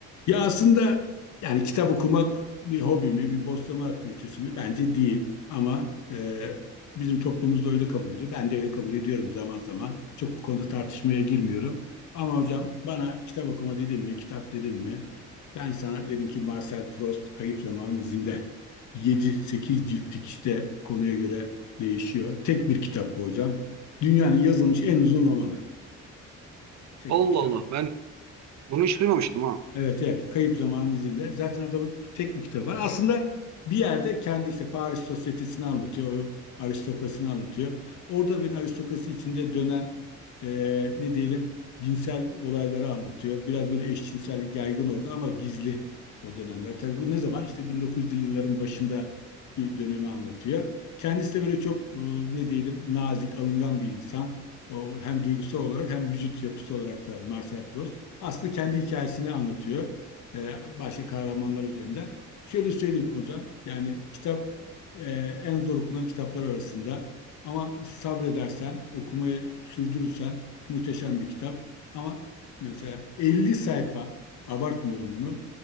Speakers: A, on the left; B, on the right.
A: Ya aslında yani kitap okumak bir hobi mi, bir boş zaman aktivitesi mi? Bence değil. Ama e, bizim toplumumuzda öyle kabul ediyor. Ben de öyle kabul ediyorum zaman zaman. Çok bu konuda tartışmaya girmiyorum. Ama hocam bana kitap okuma dedim mi, kitap dedim mi? Ben sana dedim ki Marcel Proust Kayıp Zamanın İzinde. Yedi sekiz ciltlik işte konuya göre değişiyor. Tek bir kitap bu hocam. Dünyanın yazılmış en uzun romanı. Tek
B: Allah
A: bir kitap.
B: Allah ben bunu hiç duymamıştım ha.
A: Evet evet. Kayıp Zamanın izinde. Zaten adamın tek bir kitabı var. Aslında bir yerde kendi işte Paris sosyetesini anlatıyor. O aristokrasini anlatıyor. Orada bir aristokrasi içinde dönen e, ne diyelim cinsel olayları anlatıyor. Biraz böyle eşcinsellik yaygın orada ama gizli o dönemler. Tabii bu ne zaman? İşte 1900'lü yılların başında bir dönemi anlatıyor. Kendisi de böyle çok e, ne diyelim nazik, alıngan bir insan. O hem duygusal olarak hem vücut yapısı olarak da Marcel Proust. Aslında kendi hikayesini anlatıyor. e, başka kahramanlar üzerinde. Şöyle söyleyeyim hocam. Yani kitap e, en zor okunan kitaplar arasında. Ama sabredersen, okumayı sürdürürsen muhteşem bir kitap. Ama mesela 50 sayfa, abartmıyorum bunu,